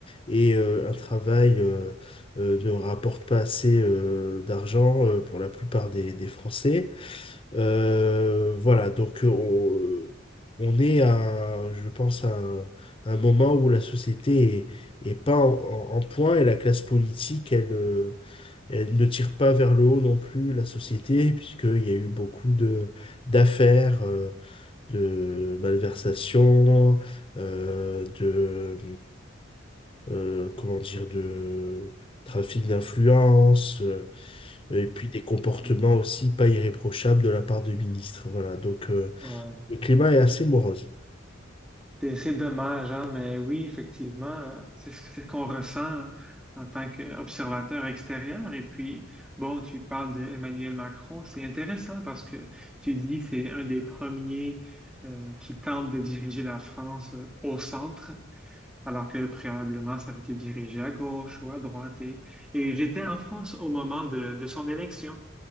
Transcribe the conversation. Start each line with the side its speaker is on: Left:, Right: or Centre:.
Left: et euh, un travail euh, euh, ne rapporte pas assez euh, d'argent euh, pour la plupart des, des Français. Euh, voilà, donc euh, on, euh, on est à, je pense, à un, un moment où la société est, est pas en, en- en point et la classe politique, elle, euh, elle ne tire pas vers le haut non plus la société, <laughs> puisqu'il y a eu beaucoup de d'affaires, euh, de malversations, euh, de, euh, comment dire, de trafic d'influence. euh, et puis des comportements
Centre: Mm.
Left: aussi pas irréprochables de la part de ministres. Voilà, donc euh,
Centre: Ouais.
Left: le climat est assez morose.
Centre: C'est c'est dommage, hein, mais oui, effectivement, c'est ce c'est ce qu'on ressent en tant qu'observateur extérieur. Et puis, bon, tu parles d'Emmanuel Macron, c'est intéressant parce que tu dis que c'est un des premiers euh, qui tente de diriger la France euh, au centre, alors que préalablement, ça avait été dirigé à gauche ou à droite. Et, et j'étais en France au moment de, de son élection.